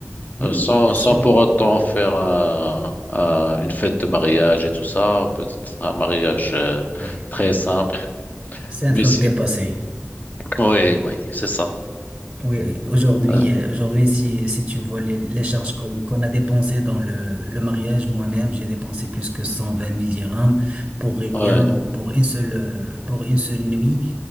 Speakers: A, on the right; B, on the left.
A: Oui,
B: Euh, sans,
A: bien
B: sans
A: sûr.
B: pour autant faire un- un- une fête de mariage et tout ça, peut-être un mariage euh,
A: Ouais.
B: très simple.
A: C'est un
B: Mais
A: truc
B: si...
A: dépassé.
B: Oui, oui, c'est ça.
A: Oui, aujourd'hui,
B: Euh,
A: euh, aujourd'hui, si, si tu vois les, les charges qu'on qu'on a dépensées dans le, le mariage, moi-même, j'ai dépensé plus que cent vingt mille dirhams pour rien,
B: ouais,
A: donc pour une seule, euh, pour une seule nuit.